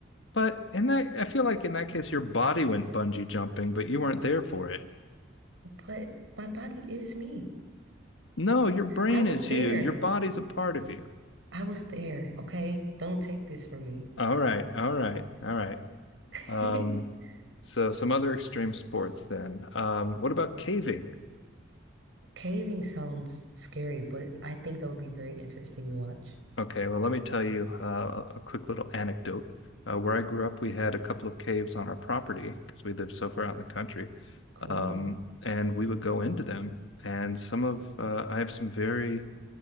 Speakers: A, on the left; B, on the right.
A: but in that, I feel like in that case, your body went bungee jumping, but you weren't there for it.
B: But my body is me.
A: No, your brain
B: I was
A: is
B: there.
A: you. Your body's a part of you.
B: I was there. Okay. Don't take this from me.
A: All right. All right. All right.
B: <laughs>
A: Um, so some other extreme sports then. Um, what about caving?
B: Caving sounds scary, but I think that would be very interesting to watch.
A: Okay, well, let me tell you uh, a quick little anecdote. Uh, where I grew up, we had a couple of caves on our property because we lived so far out in the country.
B: Cool.
A: Um, and we would go into them. And some of, uh, I have some very,